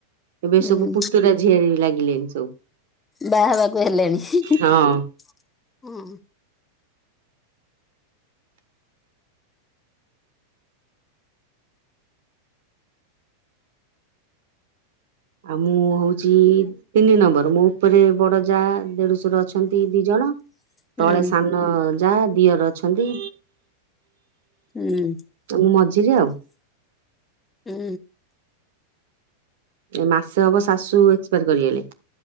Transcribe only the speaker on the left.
ହୁଁ
ବାହା ହେବାକୁ ହେଲେଣି ହି ହି ହିଁ।
ହୁଁ
ହୁଁ।
ହୁଁ।